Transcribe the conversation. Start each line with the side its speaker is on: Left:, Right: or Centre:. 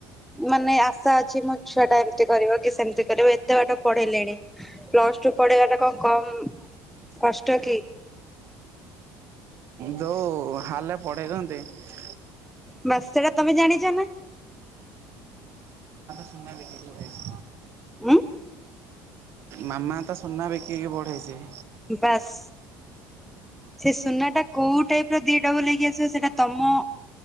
Centre: ମାନେ ଆଶା ଅଛି ମୋ ଛୁଆ ଟା ଏମତି କରିବ କି ସେମତି କରିବ ଏତେ ବାଟ ପଢେଇଲେଣି ପ୍ଲସ ଟୁ ପଢେଇବା ଟା କଣ କମ କଷ୍ଟ କି?
Right: ଯେଉଁ ହାଲେ ପଢ଼େଇନ୍ତି <unintelligible>
Centre: ବାସ୍ ସେଇଟା ତମେ ଜାଣିଛ ନା
Right: ସୁନା ବିକି କି ଦେଇଛି
Centre: ଉଁ?
Right: ମାମା ତା ସୁନା ବିକିକି ବଢେଇଛି।
Centre: ବାସ୍। ସେ ସୁନା ଟା କୋଉ ଟାଇପ ର ଦିଟା ବୁ ଲକି ଆସିବ ସେଟା ତମ